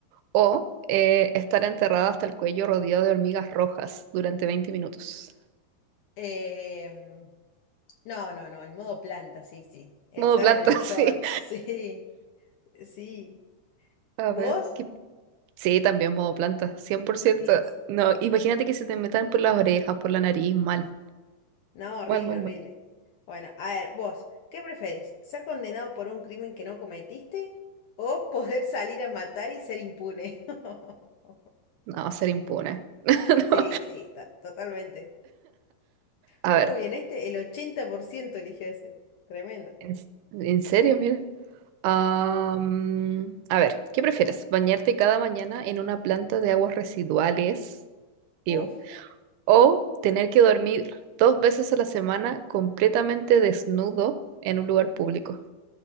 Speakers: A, on the right; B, on the left.
A: ¿O eh, estar enterrada hasta el cuello rodeado de hormigas rojas durante 20 minutos?
B: Em, no, no, no, el modo planta, sí, sí. El
A: Modo
B: estar
A: planta,
B: en el sol,
A: <laughs> sí.
B: <laughs> sí, sí.
A: A
B: ¿Vos?
A: ver, ¿qué- sí, también modo planta, cien por ciento.
B: Sí, sí.
A: No, imagínate
B: sí.
A: que se te metan por las orejas, por la nariz, mal,
B: No, horrible,
A: mal, mal,
B: horrible.
A: mal.
B: Bueno, a ver, vos, ¿qué preferís? ¿Ser condenado por un crimen que no cometiste o <laughs> poder salir a matar y ser impune? <laughs>
A: No, ser impune. <laughs>
B: Sí,
A: No.
B: sí, to- totalmente.
A: A
B: Uy,
A: ver,
B: en este el ochenta por ciento eligió ese. Tremendo.
A: en, en serio, mira. Am, a ver, ¿qué prefieres? ¿Bañarte cada mañana en una planta de aguas residuales? Iu.
B: Uf.
A: ¿O tener que dormir dos veces a la semana completamente desnudo en un lugar público?